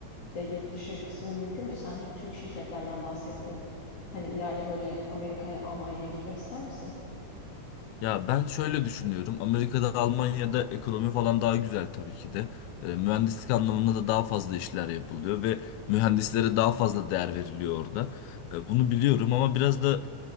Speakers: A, on the left (about 55°); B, on the left (about 85°).
A: de yurt dışı kısmı mümkün mü? Sen hep Türk şirketlerden bahsettin. Hani ileride böyle Amerika'ya, Almanya'ya gitmek ister misin?
B: Ya ben şöyle düşünüyorum. Amerika'da, Almanya'da ekonomi falan daha güzel tabii ki de. E, mühendislik anlamında da daha fazla işler yapılıyor ve mühendislere daha fazla değer veriliyor orada. E, bunu biliyorum ama biraz da